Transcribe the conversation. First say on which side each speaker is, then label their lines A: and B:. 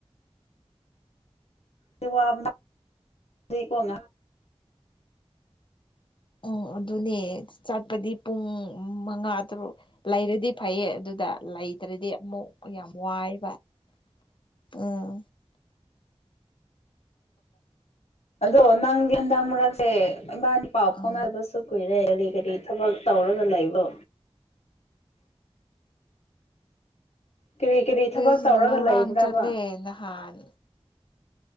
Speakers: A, on the left; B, on the left.
A: ꯕꯨꯅꯀꯣ <unintelligible>
B: ꯎꯝ ꯑꯗꯨꯅꯦ ꯆꯠꯄꯗꯤ ꯄꯨꯡ ꯎꯝ ꯃꯉꯥ ꯇꯔꯨꯛ ꯂꯩꯔꯗꯤ ꯐꯩꯌꯦ ꯑꯗꯨꯗ ꯂꯩꯇ꯭ꯔꯗꯤ ꯑꯃꯨꯛ ꯌꯥꯝ ꯋꯥꯏꯕ ꯎꯝ
A: ꯑꯗꯣ ꯅꯪꯗꯤ ꯍꯟꯗꯛ ꯃꯔꯛꯁꯦ ꯏꯕꯥꯅꯤ ꯄꯥꯎ ꯐꯥꯎꯅꯕꯁꯨ
B: ꯎꯝ
A: ꯀꯨꯏꯔꯦ ꯀꯔꯤ ꯀꯔꯤ ꯊꯕꯛ ꯇꯧꯔꯒ ꯂꯩꯕꯣ ꯀꯔꯤ ꯀꯔꯤ ꯊꯕꯛ
B: ꯑꯦ
A: ꯇꯧꯔꯒ
B: ꯂꯧꯔꯥꯡ
A: ꯂꯩꯕ꯭ꯔꯕ
B: ꯆꯠꯂꯦ ꯅꯍꯥꯟ